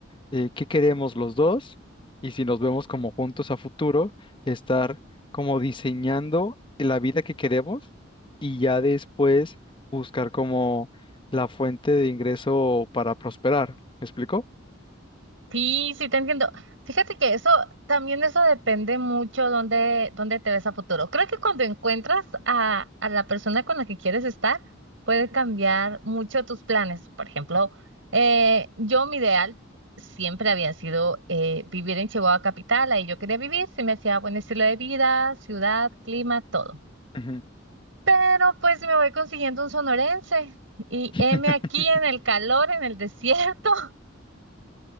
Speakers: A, on the left (about 25°); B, on the right (about 75°).
A: eh, qué queremos los dos y si nos vemos como juntos a futuro, estar como diseñando la vida que queremos y ya después buscar como la fuente de ingreso para prosperar. ¿Me explico?
B: Sí, sí, te entiendo. Fíjate que eso también eso depende mucho dónde, dónde te ves a futuro. Creo que cuando encuentras a, a la persona con la que quieres estar, puede cambiar mucho tus planes. Por ejemplo, eh, yo mi ideal siempre había sido eh, vivir en Chihuahua capital, ahí yo quería vivir, se me hacía buen estilo de vida, ciudad, clima, todo.
A: Ujú.
B: Pero pues me voy consiguiendo un sonorense y
A: <laughs>
B: heme aquí en el calor, en el desierto.